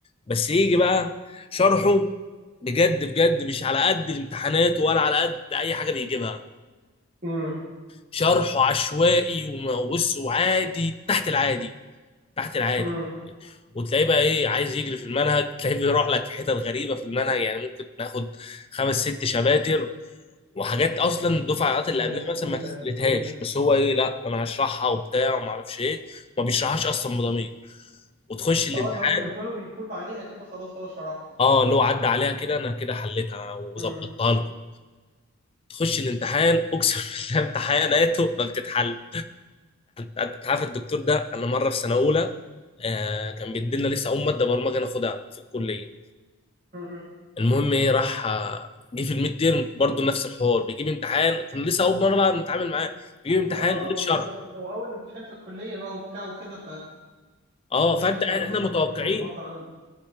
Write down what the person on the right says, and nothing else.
مم.
مم.
ده
ايه
ده
إيه ده؟
اه اللي هو بالنسبة له بيفوت عليها كده خلاص هو شرحها
مم.
مم.
اه
أول
مرة في... أو أول امتحان في الكلية بقى وبتاع وكده
فالدنيا
بتبقى
برضه
مش متظبطة أوي